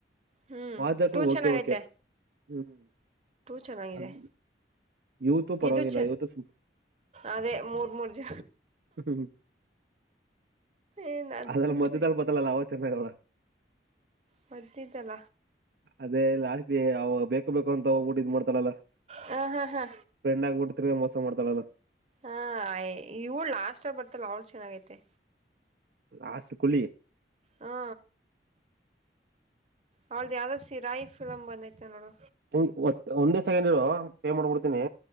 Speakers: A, on the right; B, on the right.
A: ಹ್ಮ್
B: ವಜಾಟು
A: ಟೂ ಚೆನ್ನಾಗೈತೆ
B: ಓಕೆ ಓಕೆ ಹ್ಮ್.
A: ಚೆನ್ನಾಗಿದೆ.
B: ಅದ್ ಇವತ್ತು ಪರವಾಗಿಲ್ಲ
A: ಇದು ಚ
B: ಇವತ್ತು
A: ಅದೇ ಮೂರ್ ಮೂರ್ ಜ
B: ಹ್ಮ್.
A: ಏನ್ ಅದ್
B: ಅದಲ್ಲ
A: ಬಿಟ್ರಿ
B: ಮಧ್ಯದಾಲ ಬದಲ್ಲ ಲಾವ ಚೆನ್ನ ರ
A: ಮ್ದಿದಲ
B: ಅದೇ ಲಾಸ್ಟ್ ಬೇಕು ಬೇಕು ಅಂತ ಹೋಗ್ಬಿಟ್ಟು ಇದ್ ಮಾಡ್ತಳಲ್ಲ
A: ಹ ಹಾ ಹಾ
B: ಫ್ರೆಂಡ್ ಆಗ್ಬಿಟ್ಟ ಮೋಸ ಮಾಡ್ತಾಳಲ್ಲ
A: ಹಾಯ ಇವಳ ಲಾಸ್ ಬರ್ತಲ್ಲ ಅವಳ ಚೆನ್ನಾಗೈತೆ
B: ಲಾಸಕಳಿ
A: ಹಾ ಅವಳ್ದ ಯಾವ್ದೋ ಸಿರಾಯಿ ಫಿಲಮ್ ಬಂದ ದೖತೆ ನೋಡು
B: ಹಂಗೆ ಒಂದೇ ಸೆಕೆಂಡ್ ಇರ ಪೇ ಮಾಡ್ಬಿಡ್ತೀನಿ